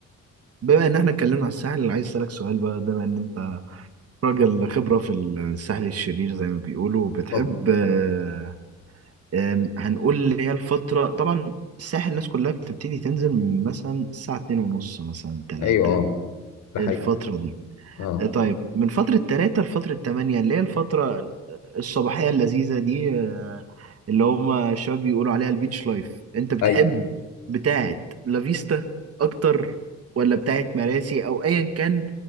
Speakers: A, on the right; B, on the left.
A: بما إن إحنا اتكلمنا على الساحل اللي عايز أسألك سؤال بقى بما إن أنت راجل خبرة في الساحل الشرير زي ما بيقولوا بتحب
B: طب
A: آه، آم، هنقول اللي هي الفترة طبعا الساحل الناس كلها بتبتدي تنزل من مثلا الساعة اتنين ونص مثلا تلاتة
B: ايوه اه ده حقيقي
A: الفترة دي
B: اه
A: آه، طيب من فترة تلاتة لفترة تمانية اللي هي الفترة الصباحية اللذيذة دي آه، اللي هما الشباب بيقولوا عليها البيتش لايف انت بتحب
B: ايوه
A: بتاعت لافيستا اكتر ولا بتاعت مراسي او ايا كان